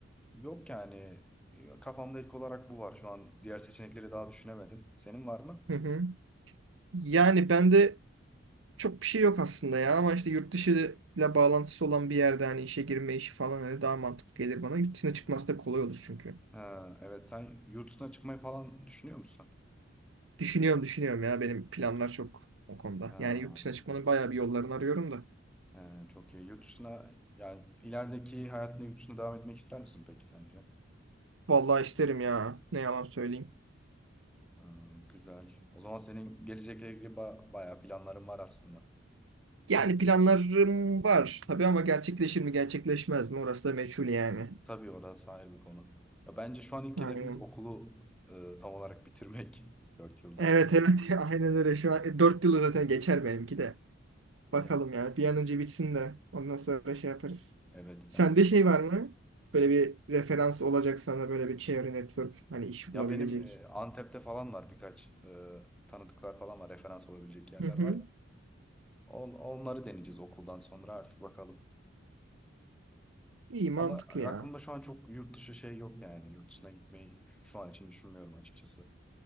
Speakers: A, in the centre; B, on the right.
A: Yok yani e, kafamda ilk olarak bu var. Şu an diğer seçenekleri daha düşünemedim. Senin var mı?
B: Hı hı. Yani bende çok bir şey yok aslında ya ama işte yurt dışı ile bağlantısı olan bir yerde hani işe girme işi falan hani daha mantıklı gelir bana. Yurt dışına çıkması da kolay olur çünkü.
A: Ha, evet sen yurt dışına çıkmayı falan düşünüyor musun?
B: Düşünüyorum düşünüyorum ya benim planlar çok o konuda.
A: Ha.
B: Yani yurt dışına çıkmanın bayağı bir yollarını arıyorum da.
A: He, çok iyi. Yurt dışına yani ilerideki hayatında yurt dışına devam etmek ister misin peki sence?
B: Vallahi isterim ya. Ne yalan söyleyeyim.
A: Hmm, güzel. O zaman senin gelecekle ilgili ba- bayağı planların var aslında.
B: Yani planlarım var tabii ama gerçekleşir mi gerçekleşmez mi orası da meçhul yani.
A: Tabii orası ayrı bir konu. Ya bence şu an ilk
B: Aynen.
A: hedefimiz okulu e, tam olarak bitirmek <laughs> 4 yılda.
B: Evet evet <laughs> aynen öyle şu an. e, dört yılı zaten geçer benimki de. Bakalım
A: Yani
B: yani bir an önce bitsin de ondan sonra şey yaparız.
A: evet
B: Sende
A: yani
B: şey var mı? Böyle bir referans olacak sana böyle bir çevre network hani iş
A: ya
B: bulabilecek.
A: benim e, Antep'te falan var birkaç e, tanıdıklar falan var referans olabilecek yerler
B: Hı hı.
A: var. On, onları deneyeceğiz okuldan sonra artık bakalım.
B: İyi mantıklı
A: Ama aklımda
B: ya.
A: şu an çok yurt dışı şey yok yani. Yurt dışına gitmeyi şu an için düşünmüyorum açıkçası.